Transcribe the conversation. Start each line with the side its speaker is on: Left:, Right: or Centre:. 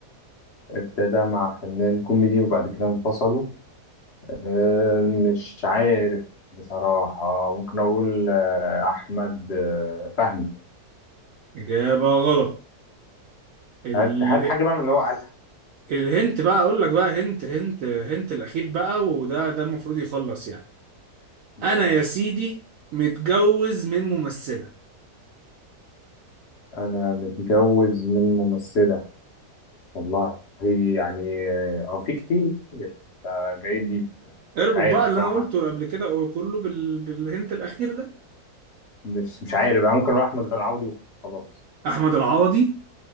Left: ابتدى مع فنان كوميدي وبعد كده انفصلوا آه، مش عارف بصراحة ممكن أقول آه، أحمد آه، فهمي
Right: إجابة غلط ال...
Left: هات هات حاجة بقى من اللي هو قالها
Right: الهنت بقى أقول لك بقى هنت هنت هنت الأخير بقى وده ده المفروض يخلص يعني
Left: ماشي
Right: أنا يا سيدي متجوز من ممثلة
Left: أنا متجوز من ممثلة والله يعني آه، هو في كتير آه، جاي دي مش
Right: اربط
Left: عارف
Right: بقى اللي
Left: بصراحة
Right: أنا قلته قبل كده كله بال... بالهنت الأخير ده
Left: مش مش عارف أنا ممكن أروح أحمد العوضي وخلاص
Right: أحمد العوضي